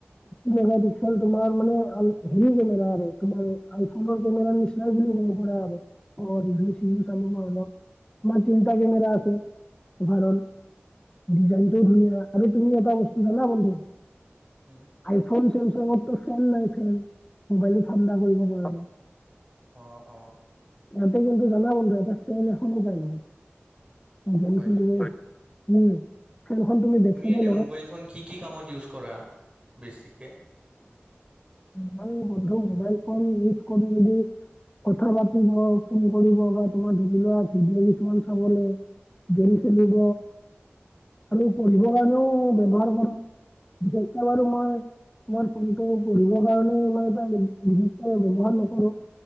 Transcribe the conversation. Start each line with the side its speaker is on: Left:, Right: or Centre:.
Left: মেগ পিক্সেল তোমাৰ মানে হেৰি কেমেৰা আৰু তোমাৰ আইফনৰ কেমেৰা নিচিনাই বুলি ক'ব পাৰা আৰু। অ'হ, ৰিভিউ-চিভিউ চালো মই অলপ আমাৰ তিনিটা কেমেৰা আছে। উদাহৰণ-ডিজাইনটোও ধুনীয়া। আৰু তুমি এটা বস্তু জানা বন্ধু?
Right: উ'ম।
Left: আইফোন, চোমচাংৰ তো ফোন নাই ফোন। মোবাইলতো ঠাণ্ডা কৰিব পাৰিব লাগে।
Right: অ অ
Left: ইহঁতে কিন্তু জানা বন্ধ ইহঁতে চব এখনো পাই নহয়। গেম
Right: হয়
Left: খেলিব,
Right: নেকি
Left: উ'ম' খেলখন তুমি দেখিছা নে
Right: এনে
Left: লগত।
Right: মোবাইল ফোন কি কি কামত ইউজ কৰা বেছিকে?
Left: মই বন্ধু মোবাইল ফোন ইউজ কৰো যদি- কথা পাতিব হওঁক ফোন কৰিব বা তোমাৰ ধৰি লোৱা ভিডিঅ কিছুমান চাবলৈ- গেম খেলিব। খালি পঢ়িবৰ কাৰণেও ব্যৱহাৰ কৰোঁ। বিশেষকে বাৰু মই- তোমাৰ ফোনটো পঢ়িবৰ কাৰণেও মই এটা বিশেষকে ব্যৱহাৰ নকৰোঁ।